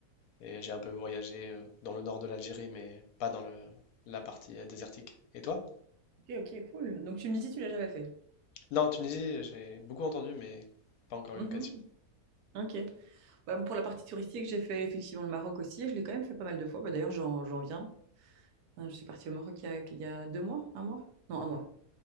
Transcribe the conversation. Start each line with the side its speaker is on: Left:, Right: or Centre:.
Left: et j'ai un peu voyagé euh, dans le nord de l'Algérie, mais pas dans le, la partie euh, désertique. Et toi?
Right: ok, cool. Donc tu me dis, si tu l'as jamais fait.
Left: Non, Tunisie, j'ai beaucoup entendu, mais pas encore
Right: Mhm,
Left: eu l'occasion.
Right: ok. Bah, pour la partie touristique, j'ai fait effectivement le Maroc aussi. Je l'ai quand même fait pas mal de fois. Bah, d'ailleurs, j'en, j'en viens. Euh, Je suis partie au Maroc il y a, il y a deux mois, un mois? Non, un mois.